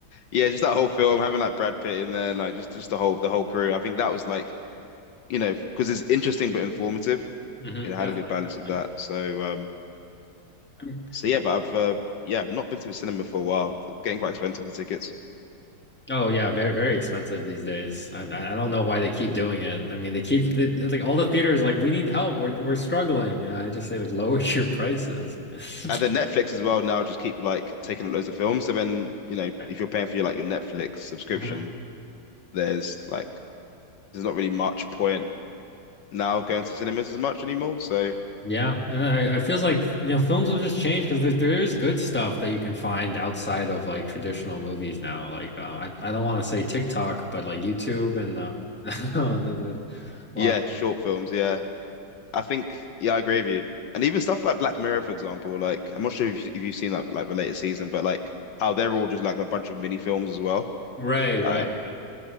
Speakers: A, on the left; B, in the centre.
A: yeah, just that whole film having like Brad Pitt in there, like just just the whole the whole crew. I think that was like you know because it's interesting but informative.
B: hmm Definitely,
A: You know, had a good balance
B: definitely.
A: of that. So um,
B: Um,
A: so yeah, but I've uh, yeah, I've not been to the cinema for a while. It's getting quite expensive for tickets.
B: Oh yeah, very very expensive these days. I I I don't know why they keep doing it. I mean, they keep they, like all the theaters like we need help. We're we're struggling. And I just say like lower your prices. <laughs>
A: and then Netflix as well now just keep like taking up loads of films. So then, you know,
B: Right.
A: if you're paying for your like your Netflix subscription,
B: hmm
A: there's like there's not really much point now going to cinemas as much anymore. So
B: Yeah, and I, I feels like you know films have just changed because there, there is good stuff that you can find outside of like traditional movies now. Like uh, I I don't want to say TikTok, but like YouTube and uh, <laughs> the, the, well,
A: yeah, short films, yeah. I think yeah, I agree with you. And even stuff like Black Mirror, for example, like I'm not sure if you, if you've seen like like the latest season, but like how they're all just like a bunch of mini films as well.
B: right,
A: Um,
B: right, yeah.